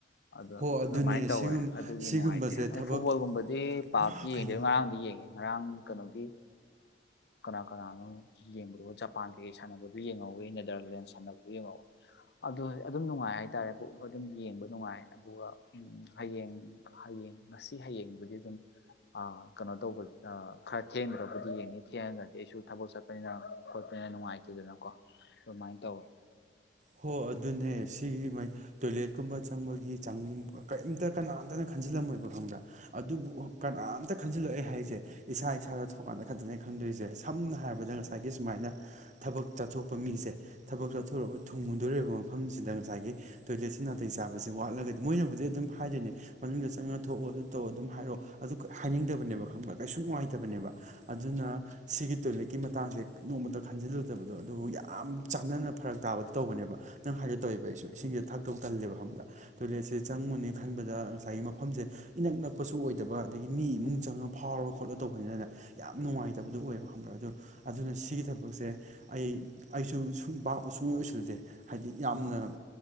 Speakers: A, on the left; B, on the right.
A: ꯑꯗꯣ
B: ꯍꯣ ꯑꯗꯨꯅꯦ
A: ꯑꯗꯨꯃꯥꯏꯅ ꯇꯧꯋꯦ
B: ꯁꯤꯒꯨꯝ
A: ꯑꯗꯨꯒꯤ
B: ꯁꯤꯒꯨꯝꯕꯁꯦ
A: ꯅꯨꯡꯉꯥꯏꯇꯦ ꯑꯩ
B: ꯊꯕꯛ
A: ꯐꯨꯠꯕꯣꯜꯒꯨꯝꯕꯗꯤ ꯄꯥꯔꯀꯤ
B: ꯃꯥ ꯀꯩꯅꯣ
A: ꯌꯦꯡꯗꯦꯕ ꯉꯔꯥꯡꯗꯤ ꯌꯦꯡꯉꯦ ꯉꯔꯥꯡ ꯀꯩꯅꯣꯒꯤ ꯀꯅꯥ ꯀꯅꯥꯅꯣ ꯌꯦꯡꯕꯗꯨꯣ ꯖꯄꯥꯟ ꯀꯩꯀꯩ ꯁꯥꯟꯅꯕꯗꯨ ꯌꯦꯡꯍꯧꯋꯤ ꯅꯦꯗꯔꯂꯦꯟ ꯁꯥꯟꯅꯕꯗꯨ ꯌꯦꯡꯍꯧꯤ ꯑꯗꯨ ꯑꯗꯨꯝ ꯅꯨꯡꯉꯥꯏ ꯍꯥꯏꯇꯥꯔꯦ ꯄꯨ ꯑꯗꯨꯝ ꯌꯦꯡꯕ ꯅꯨꯡꯉꯥꯏ ꯑꯗꯨꯒ ꯍꯌꯦꯡ ꯍꯌꯦꯡ ꯉꯁꯤ ꯍꯌꯦꯡꯕꯨꯗꯤ ꯑꯗꯨꯝ ꯀꯩꯅꯣ ꯇꯧꯕ ꯈꯔ ꯊꯦꯡꯗ꯭ꯔꯕꯨꯗꯤ ꯌꯦꯡꯅꯤ ꯊꯦꯡꯅꯗ꯭ꯔꯗꯤ ꯑꯩꯁꯨ ꯊꯕꯛ ꯆꯠꯄꯅꯤꯅ ꯈꯣꯠꯄꯅꯤꯅ ꯅꯨꯡꯉꯥꯏꯇꯦꯗꯅꯀꯣ ꯑꯗꯨꯃꯥꯏꯅ ꯇꯧꯋꯦ
B: ꯍꯣ ꯑꯗꯨꯅꯦ ꯁꯤ ꯇꯣꯏ ꯀꯒꯨꯝꯕ ꯆꯪꯕꯒꯤ ꯆꯪ ꯀꯔꯤꯝꯇ ꯀꯅꯥꯝꯇꯅ ꯈꯟꯖꯤꯜꯂꯝꯃꯣꯏꯕ ꯈꯪꯕ꯭ꯔꯥ ꯑꯗꯨꯕꯨ ꯀꯅꯥꯝꯇ ꯈꯟꯖꯤꯜꯂꯛꯑꯦ ꯍꯥꯏꯁꯦ ꯏꯁꯥ ꯏꯁꯥꯗ ꯊꯣꯛꯀꯥꯟꯗ ꯈꯟꯖꯅꯦ ꯈꯪꯗꯣꯏꯦ ꯁꯦ ꯁꯝꯅ ꯍꯥꯏꯔꯕꯗ ꯉꯁꯥꯏꯒꯤ ꯁꯨꯃꯥꯏꯅ ꯊꯕꯛ ꯆꯠꯊꯣꯛꯄ ꯃꯤꯁꯦ ꯊꯕꯛ ꯆꯠꯊꯣꯔꯒ ꯊꯨꯡꯉꯨꯗꯣꯔꯤꯕ ꯃꯐꯝꯁꯤꯗ ꯉꯁꯥꯏꯒꯤ ꯇꯣꯏꯂꯦꯠꯁꯤ ꯅꯥꯇꯩ ꯆꯥꯕꯕꯁꯤ ꯋꯥꯠꯂꯒꯗꯤ ꯃꯣꯏꯅꯕꯨꯗꯤ ꯑꯗꯨꯝ ꯍꯥꯏꯗꯣꯏꯅꯦ ꯃꯅꯨꯡꯗ ꯆꯪꯉ ꯊꯣꯛꯑꯣ ꯑꯗꯨ ꯇꯧ ꯑꯗꯨꯝ ꯍꯥꯏꯔꯛꯑꯣ ꯑꯗꯨ ꯍꯥꯏꯅꯤꯡꯗꯕꯅꯦꯕ ꯈꯪꯕ ꯀꯩꯁꯨ ꯅꯨꯡꯉꯥꯏꯇ ꯕꯅꯦꯕ ꯑꯗꯨꯅ ꯁꯤ ꯇꯣꯏꯦꯀꯤ ꯃꯇꯥꯡꯁꯦꯃ ꯈꯂ ꯐꯠꯇꯕꯗꯣ ꯑꯗꯨꯕꯨ ꯌꯥꯝ ꯆꯥꯡꯅꯅ ꯐꯔꯛ ꯇꯥꯕꯗꯣ ꯇꯧꯕꯅꯦꯕ ꯅꯪ ꯍꯥꯏꯒꯦ ꯇꯧꯦꯕ ꯑꯩꯁꯨ ꯏꯁꯤꯡꯁꯦ ꯊꯛꯇꯧ ꯇꯜꯂꯦꯕ ꯈꯪꯕꯗ ꯇꯣꯏꯂꯦꯠꯁꯦ ꯆꯪꯉꯨꯅꯤ ꯈꯟꯕꯗ ꯉꯁꯥꯏꯒꯤ ꯃꯐꯝꯁꯦ ꯏꯅꯛ ꯅꯛꯄꯁꯨ ꯑꯣꯏꯗꯕ ꯑꯗꯒꯤ ꯃꯤ ꯏꯃꯨꯡ ꯆꯪꯉ ꯐꯥꯎꯔꯒ ꯈꯣꯠꯂꯣ ꯇꯧꯕꯅꯤꯅꯅ ꯌꯥꯝ ꯅꯨꯡꯉꯥꯏꯇꯕꯗꯨꯣ ꯑꯣꯏꯌꯦꯕ ꯈꯪꯕ꯭ꯔꯥ ꯑꯗꯣ ꯑꯗꯨꯅ ꯁꯤꯒꯤ ꯊꯕꯛꯁꯦ ꯑꯩ ꯑꯩꯁꯨ ꯁꯨꯡ ꯁꯨꯡ ꯑꯣꯏꯁꯤꯜꯁꯦ ꯍꯥꯏꯗꯤ ꯌꯥꯝꯅ